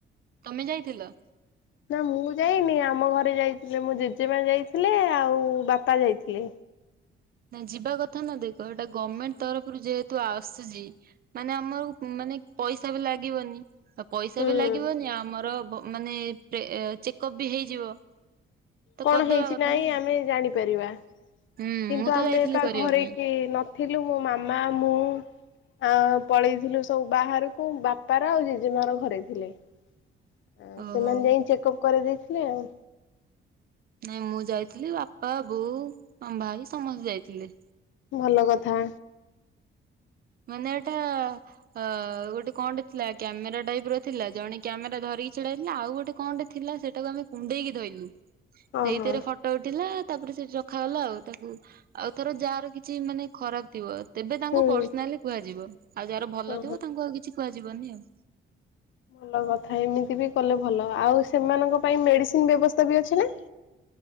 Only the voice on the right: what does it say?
ତମେ ଯାଇଥିଲ।
ନାଇଁ ଯିବା କଥା ନା। ଦେଖ ଏଟା ଗମେଣ୍ଟ ତରଫରୁ ଯେହେତୁ ଆସିଛି। ମାନେ ଆମର ମାନେ, ପଇସା ବି ଲାଗିବନି। ପଇସା
ବି ଲାଗିବନି, ଆମର ମାନେ, ଚେକଅପ୍ ବି ହେଇଯିବ। ତ
କରିଦବା
କଥା
ନା
ହୁଁ
ମୁଁ ତ
ଯାଇଥିଲି
କରିବା
ପାଇଁ
ଓହୋ।
ନାଇଁ ମୁଁ ଯାଇଥିଲି। ବାପା ବୋଉ ଭାଇ ସମସ୍ତେ ଯାଇଥିଲେ।
ମାନେ ଏଟା ଅ ଗୋଟେ କଣଟେ ଥିଲା। କ୍ୟାମେରା ଟାଇପ ର ଥିଲା। ଜଣେ କ୍ୟାମେରା ଧରିକି ଛିଡାହେଇ ଥିଲା, ଆଉ ଗୋଟେ କଣଟେ ଥିଲା। ସେ ତାକୁ ଆମେ କୁଣ୍ଡେଇକି ଧୋଇଲୁ। ସେଇଥିରେ
ଫ ଫଟ ଉଠିଲା। ତାପରେ ସେଠି ରଖାାଗଲା। ଆଉ ତାକୁ ଆଉ ଥର ଯା ର କିଛି, ମାନେ ଖରାପ ଥିବ। ତେବେ ତାଙ୍କୁ
ପର୍ସନାଲି କୁହାଯିବ। ଆଉ ଯାହାର ଭଲ
ଥିବ ତାଙ୍କୁ ଆଉ କିଛି କୁହାଯିବନି ଆଉ।